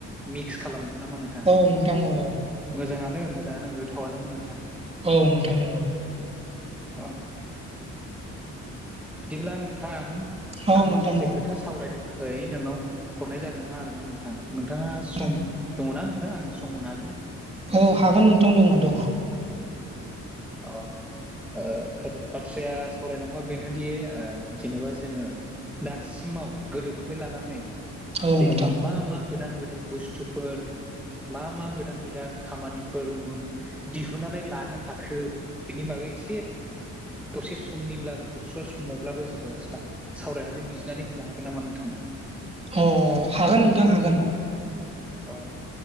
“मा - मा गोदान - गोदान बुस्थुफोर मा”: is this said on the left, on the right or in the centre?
Centre